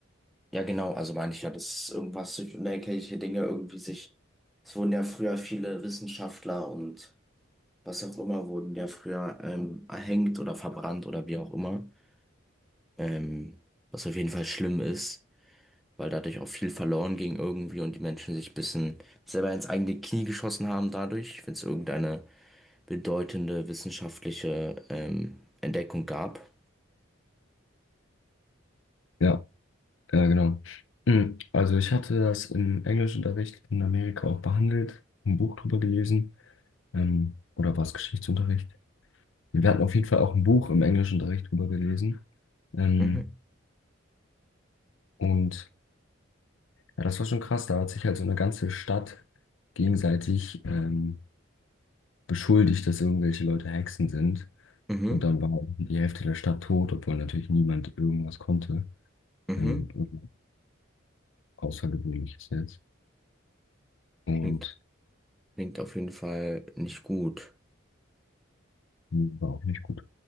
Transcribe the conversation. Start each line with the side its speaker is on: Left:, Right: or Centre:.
Centre: Ja, genau, also meine ich ja, dass irgendwas durch unerklärliche Dinge irgendwie sich, es wurden ja früher viele Wissenschaftler und was auch immer, wurden ja früher ähm, erhängt oder verbrannt oder wie auch immer, ähm, was auf jeden Fall schlimm ist, weil dadurch auch viel verloren ging irgendwie und die Menschen sich ein bisschen selber ins eigene Knie geschossen haben dadurch, wenn es irgendeine bedeutende wissenschaftliche ähm, Entdeckung gab.
Left: Ja, ja, genau. Mm, Also ich hatte das im Englischunterricht in Amerika auch behandelt, ein Buch drüber gelesen, ähm, oder war es Geschichtsunterricht? Wir hatten auf jeden Fall auch ein Buch im Englischunterricht drüber gelesen. Ähm,
Centre: Mhm,
Left: und ja, das war schon krass, da hat sich halt so eine ganze Stadt gegenseitig ähm, beschuldigt, dass irgendwelche Leute Hexen sind.
Centre: mhm,
Left: Und dann war irgendwie die Hälfte der Stadt tot, obwohl natürlich niemand irgendwas konnte.
Centre: mhm.
Left: Ähm, irgendwas Außergewöhnliches jetzt. Und
Centre: Klingt, klingt auf jeden Fall nicht gut.
Left: war auch nicht gut.